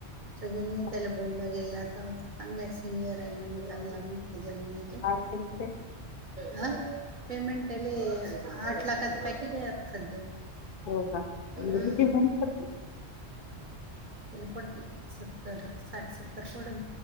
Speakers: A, on the right (about 50°); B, on the left (about 55°).
A: सगळ्यांनी त्याला
B: हो.
A: बोलणं गेला का. चांगला सिनियर आहे म्हणे, चांगला मस्त हाय तो जर्नल हे तो,
B: काय पेमेंट आहे?
A: हा? पेमेंट त्याले आठ लाखाचं पॅकेज हाय आता सध्या.
B: हो का, म्हणजे
A: हम्म
B: किती नाय तर.
A: त्याला पडते सत्तर साठ सत्तर पडल.